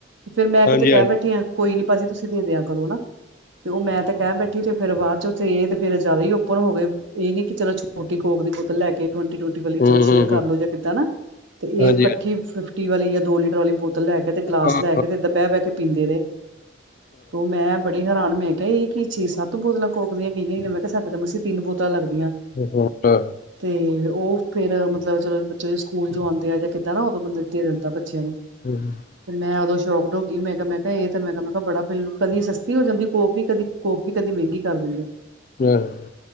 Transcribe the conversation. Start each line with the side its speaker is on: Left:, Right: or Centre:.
Right: ਫਿਰ ਮੈਂ
Left: ਹਾਂਜੀ
Right: ਕਿਤੇ ਕਹਿ
Left: ਹਾਂਜੀ
Right: ਬੈਠੀ ਆ ਕੋਈ ਭਾਜੀ ਤੁਸੀਂ ਦੇ ਦਿਆਂ ਕਰੋ ਨਾ ਤੇ ਉਹ ਮੈਂ ਤੇ ਕਹਿ ਬੈਠੀ ਤੇ ਫੇਰ ਬਾਅਦ ਚ ਉਥੇ ਇਹ ਤੇ ਫੇਰ ਜ਼ਿਆਦਾ ਹੀ ਓਪਨ ਹੋ ਗਏ ਇਹ ਨੀ ਕਿ ਚਲੋ ਛੋਟੀ ਕੋਕ ਦੀ ਬੋਤਲ ਲੈ ਕੇ ਟਵਟੀ ਟਵਟੀ ਵਾਲੀ
Left: ਹੂੰ
Right: ਚਲੋ
Left: ਹੂੰ
Right: ਸ਼ੇਅਰ ਕਰ
Left: ਹੂੰ
Right: ਲੋ ਜੀ ਕਿੱਦਾਂ ਨਾ ਤੇ
Left: ਹਾਂਜੀ
Right: ਇਹ ਕੱਠੀ
Left: ਹਾਂ
Right: ਫਿਫਟੀ ਵਾਲੀ ਜਾਂ ਦੋ ਲੀਟਰ ਵਾਲੀ ਬੋਤਲ ਲੈ ਕੇ ਤੇ ਗਲਾਸ
Left: ਹਾਂ
Right: ਲੈ ਕੇ ਤੇ ਦੁਪਹਿਰੇ ਬਹਿ ਕੇ ਪੀਂਦੇ ਰਹੇ ਤੇ ਮੈਂ ਬੜੀ ਹੈਰਾਨ ਮੈਂ ਕਿਹਾ ਇਹ ਕੀ ਚੀਜ਼ ਸੱਤ ਬੋਤਲਾਂ ਕੋਕ ਦੀਆਂ ਪੀ ਗਿਆਂ ਮੈਂ ਕਿਹਾ ਸਾਡੇ ਤਾਂ ਮਸੇ ਤਿੰਨ ਬੋਤਲਾਂ ਲੱਗਦੀਆਂ।
Left: <unintelligible>
Right: ਤੇ ਉਹ ਫੇਰ ਮਤਲਬ ਚਲੋ ਬੇ ਸਕੂਲ ਜੋ ਆਉਂਦੇ ਆ ਜਾਂ ਕਿੱਦਾਂ ਨਾ ਉਦੋਂ ਬੰਦਾ ਦੇ ਦਿੰਦਾ ਬੱਚਿਆਂ ਨੂੰ
Left: <inaudible>
Right: ਤੇ ਮੈਂ ਉਦੋਂ <unintelligible> ਹੋ ਗਈ ਮੈਂ ਕਿਹਾ ਮੈਂ ਕਿਹਾ ਇਹ ਤੇ ਮੈਂ ਕਿਹਾ ਮੈਂ ਕਿਹਾ ਬੜਾ ਕਦੀ ਸਸਤ ਫ੍ਰੀ ਹੋ ਜਾਂਦੀ ਕੋਜ ਵੀ ਕਦੀ ਕੋਕ ਵੀ ਕਦੀ ਮਹਿੰਗੀ ਕਰ ਦਿੰਦੇ।
Left: <unintelligible>